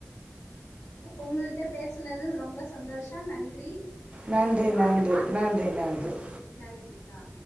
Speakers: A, on the left; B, on the right.
A: உங்கள்ட்ட பேசுனது ரொம்ப சந்தோஷ நன்றி
B: நன்றி
A: வைக்கட்டுமா
B: நன்றி நன்றி நன்றி
A: நன்றி ஆ